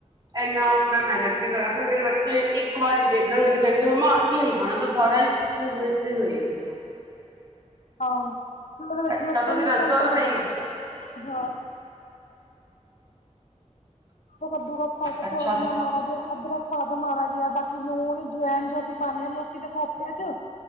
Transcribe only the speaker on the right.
ਇੰਨਾ ਆਪਣਾ ਮਿਹਨਤ ਵੀ ਕਰਾਂ ਫਿਰ ਮੇਰੇ ਬੱਚੇ ਇੱਕ ਵਾਰੀ ਦੇਖਣਗੇ ਤੇ ਕਹਿਣਗੇ ਮੰਮਾ ਅਸੀਂ ਨੀ ਖਾਣਾ ਇਹ ਤਾਂ ਸਾਰਾ ਹੀ- ਫੂਡ ਵੇਸਟਏਜ ਹੋਏਗੀ ਫ਼ਿਰ ਉਹ।
ਅੱਛਾ
ਤੁਸੀਂ
ਦੱਸੋ
ਤਾਂ ਸਹੀ
ਅੱਛਾ